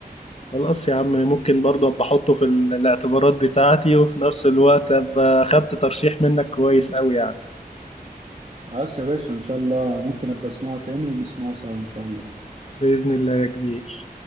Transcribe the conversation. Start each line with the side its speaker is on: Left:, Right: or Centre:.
Left: خلاص يا عم ممكن برضه ابقى احطه في ال- الاعتبارات بتاعتي وفي نفس الوقت ابقى خدت ترشيح منك كويس قوي يعني
Right: خلاص يا باشا إن شاء الله ممكن أبقى أسمعه تاني ونسمعه سوا إن شاء الله
Left: بإذن الله يا كبير